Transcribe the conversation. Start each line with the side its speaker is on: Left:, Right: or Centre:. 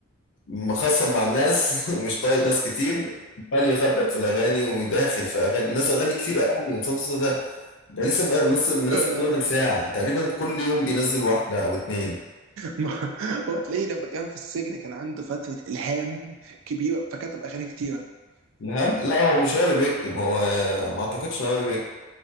Left: مخصب مع الناس <laughs> ومش طايق ناس كتير عمال يخبط في الاغاني وداخل في اغاني الناس اغاني كتير قوي يا عصام صوصه ده ده لسه من- منزل منزل
Right: <laughs>
Left: أغنية من ساعه تقريبا كل يوم بينزل واحده او اتنين
Right: ما- هو تلاقيه لما كان في السجن كان عنده فترة إلهام كبيرة فكتب أغاني كتيرة
Left: الهم لا هو مش هو اللي بيكتب هو آه، ما اعتقدش ان هو اللي بيكتب